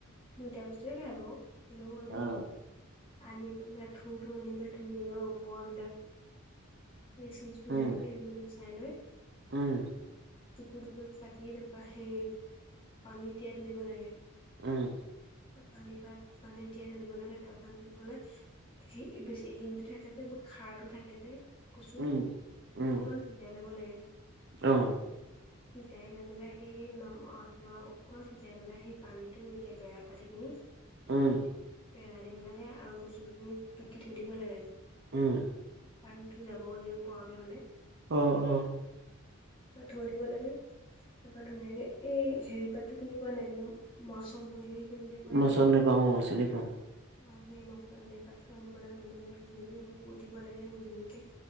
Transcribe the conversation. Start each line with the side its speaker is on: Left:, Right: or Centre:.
Left: দুইটা কচুয়ে খাই বাৰু, হ'লেও মানে
Right: আহ
Left: আনি পেলাই- ঠুটো আনি পেলাই ধুনীয়াকে ওপৰৰ বিলাক, এই চুচবিলাক
Right: উম
Left: যে সেইবিলাক- খাইলোৱে।
Right: উম'
Left: টুকুৰ-টুকুৰ কাটি তাপা সেই পানী তিয়াই থৈ দিব লাগে।
Right: উম'
Left: ত' পানী পাত পানীত তিয়াই থৈ দিব লাগে, তাৰ পিছত কি কৰিব লাগে- সেই বেছি সেইটো থাকে যে অলপ খাৰটো থাকে যে। কচুৰ,
Right: উম উম
Left: অকনমান সিজাই ল'ব লাগে।
Right: অ'।
Left: সিজাই লৈ পেলাই সেই, সি অলপ অকনমান সিজাই পেলাই, সেই পানীত তে বেয়া পানী খিনি
Right: উম্।
Left: পেলাই দিব লাগে আৰু কচুঠোৰ খিনি টুকি থৈ দিব লাগে।
Right: উম্।
Left: পানীতো যাব দিব পোৱাকে মানে।
Right: উম্ উম্।
Left: থৈ দিব লাগে। তাৰাপা ধুনীয়াকে, এই হেৰি পাতটো চিনি পোৱা নাই। এনেকে মচন্দই নে কি বুলি যে কয়,
Right: মই
Left: এনেকে।
Right: চন্দে
Left: অ',
Right: পাওঁ চিনি পাওঁ
Left: সেই মচন্দই পাতটো আনিব লাগে ধুনীয়াকে, ধুই মেলি কুটি দিব লাগে মিহি মিহিকে।